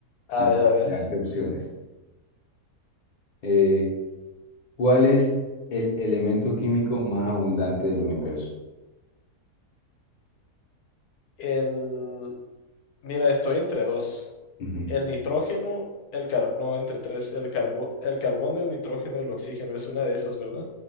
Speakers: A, on the left; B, on the left.
A: sin
B: a ver. A ver.
A: darte opciones. Eh, ¿Cuál es el elemento químico más abundante del universo?
B: El... Mira, estoy entre dos.
A: Ujú.
B: El nitrógeno, el car... No, entre tres. El carbo... el carbón, el nitrógeno y el oxígeno. Es una de esas, ¿verdad?